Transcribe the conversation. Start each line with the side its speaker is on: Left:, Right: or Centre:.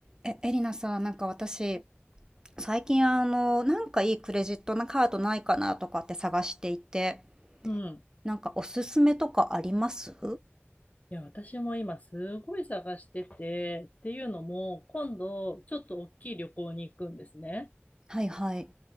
Right: え、エリナさん、なんか私、最近あの、なんかいいクレジットのカードないかなとかって探していて、
Left: うん。
Right: なんかおすすめとかあります
Left: いや、私も今すごい探してて、っていうのも、今度ちょっと大きい旅行に行くんですね。
Right: はいはい。